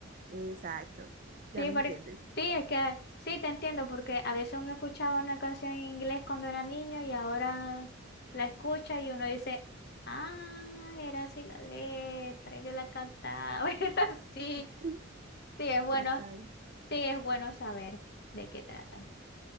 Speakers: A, on the right; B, on the left.
A: exacto. Ya
B: Sí,
A: me
B: pero-
A: entiendes.
B: sí, es que sí te entiendo, porque a veces uno escuchaba una canción en inglés cuando era niño y ahora la escucha y uno dice, ah, era así la letra, yo la cantaba, <laughs> era así.
A: <laughs>
B: Sí, es bueno,
A: Total.
B: sí, es bueno saber de qué trata,